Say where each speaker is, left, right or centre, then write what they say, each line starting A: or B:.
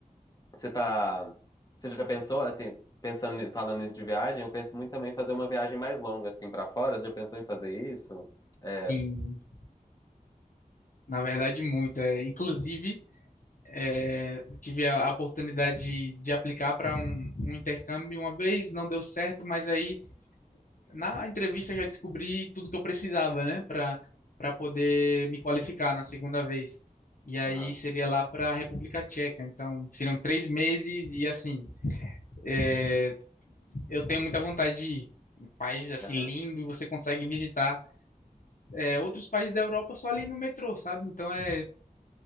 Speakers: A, on the left; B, on the left.
A: você tá, você já pensou assim, pensando, falando nisso de viagem, eu penso muito também em fazer uma viagem mais longa assim para fora, você já pensou em fazer isso? É,
B: Sim, na verdade, muito. É, inclusive. É, tive a, a oportunidade de, de aplicar para um, um intercâmbio uma vez, não deu certo, mas aí na entrevista já descobri tudo que eu precisava, né, para para poder me qualificar na segunda vez. E aí
A: aham,
B: seria lá para a República Tcheca. Então seriam três meses e assim, é, eu tenho muita vontade de ir. Um país assim
A: aham,
B: lindo e você consegue visitar é, outros países da Europa só ali no metrô, sabe? Então é